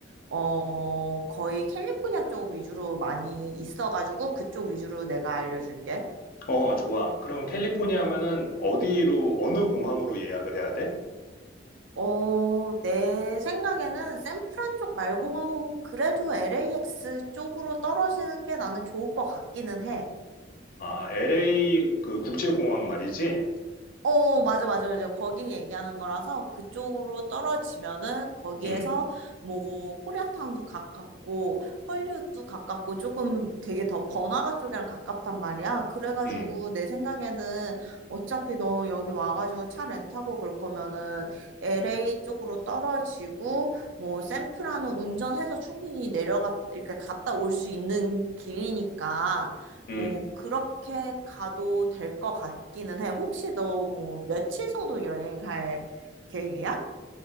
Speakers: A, on the right (about 75°); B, on the left (about 50°).
A: 어, 거의 캘리포니아 쪽 위주로 많이 있어가지고 그쪽 위주로 내가 알려줄게.
B: 어, 좋아. 그럼 캘리포니아 하면은 어디로, 어느 공항으로 예약을 해야 돼?
A: 어, 내 생각에는 샌프란 쪽 말고 그래도 LAX 쪽으로 떨어지는 게 나는 좋을 것 같기는 해.
B: 아, LA 그 국제공항 말이지?
A: 어, 맞아, 맞아, 맞아. 거기 얘기하는 거라서 그쪽으로 떨어지면은 거기에서
B: 응,
A: 뭐 코리아타운도 가깝고 헐리우드도 가깝고 조금 되게 더 번화가 쪽이랑 가깝단 말이야. 그래가지고
B: 응,
A: 내 생각에는 어차피 너 여기 와가지고 차 렌트하고 그럴 거면은 LA 쪽으로 떨어지고 뭐 샌프란은 운전해서 충분히 내려가 이렇게 갔다 올 수 있는 길이니까
B: 응.
A: 뭐 그렇게 가도 될 것 같기는 해. 혹시 너 뭐 며칠 정도 여행할 계획이야?